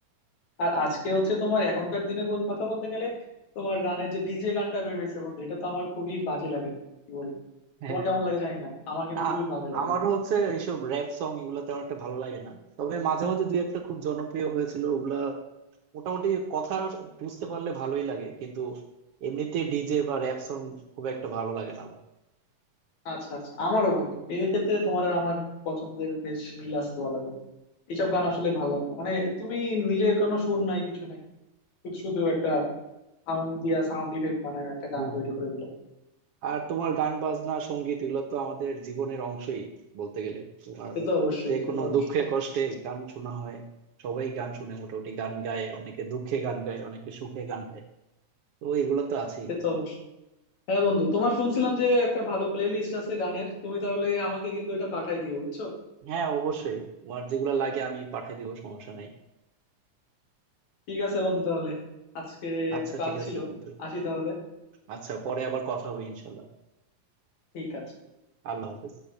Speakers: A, on the left; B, on the right.
A: আর আজকে হচ্ছে তোমার এখনকার দিনের বল- কথা বলতে গেলে তোমার গানের যে ডিজে গানটা বের হয়েছে বন্ধু এটা তো আমার খুবই বাজে লাগে কি বলবো
B: হ্যাঁ
A: তোমার কেমন লাগে জানি না আমার কিন্তু
B: না
A: খুবই বাজে লাগে
B: আমারও
A: এটা
B: হচ্ছে এইসব র্যাপ সং এগুলা তেমন একটা ভালো লাগে না তবে মাঝে মাঝে দুই একটা খুব জনপ্রিয় হয়েছিল ওগুলা মোটামুটি কথা বুঝতে পারলে ভালোই লাগে কিন্তু এমনিতে ডিজে বা র্যাপ সং খুব একটা ভালো লাগে না আমার
A: আচ্ছা আচ্ছা আমারও বন্ধু এই ক্ষেত্রে তোমার আর আমার পছন্দের বেশ মিল আছে বলা যায়। এইসব গান আসলে ভালো লাগে না মানে তুমি নিজের কোনো সুর নাই কিছু নাই শুধু শুধু একটা সাউন্ড দিয়া সাউন্ড ইফেক্ট বানায় একটা গান
B: হ্যাঁ
A: তৈরি করে দিলাম
B: আর তোমার গান বাজনা সঙ্গীত এগুলো তো আমাদের জীবনের অংশই বলতে গেলে তোমার
A: সে তো অবশ্যই
B: যে
A: সে
B: কোনো
A: তো অবশ্যই
B: দুঃখে কষ্টে গান শোনা হয় সবাই গান শুনে মোটামুটি গান গায় অনেকে দুঃখে গান গায় অনেকে সুখে গান গায় তো এগুলো তো আছেই
A: সে তো অবশ্যই হ্যাঁ বন্ধু তোমার শুনছিলাম যে একটা ভালো প্লে লিস্ট আছে গানের তুমি তাহলে আমাকে কিন্তু এটা পাঠাই দিও বুঝছো
B: হ্যাঁ অবশ্যই তোমার যেগুলো লাগে আমি পাঠিয়ে দিব সমস্যা নাই
A: ঠিক আছে বন্ধু তাহলে আজকে
B: আচ্ছা
A: একটু কাজ
B: ঠিক আছে
A: ছিল
B: বন্ধু
A: আসি তাহলে
B: আচ্ছা পরে আবার কথা হবে ইনশাল্লাহ
A: ঠিক আছে
B: আল্লাহ হাফেজ